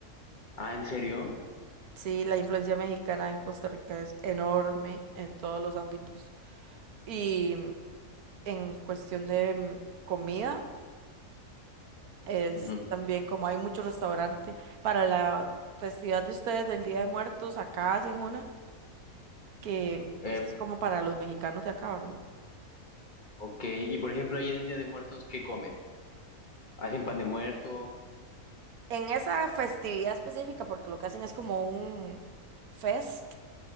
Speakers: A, on the left; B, on the right.
A: Ah, ¿en serio?
B: Sí, la influencia mexicana en Costa Rica es enorme en todos los ámbitos. Y en cuestión de mm, comida, es
A: Ujú.
B: también como hay mucho restaurante. Para la festividad de ustedes del Día de Muertos, acá hacen una que
A: Eh,
B: pues es como para los mexicanos de acá, ¿verdad?
A: Ok, y por ejemplo, ahí en el Día de Muertos, ¿qué comen? ¿Hacen pan de muerto?
B: En esa festividad específica, porque lo que hacen es como un fest.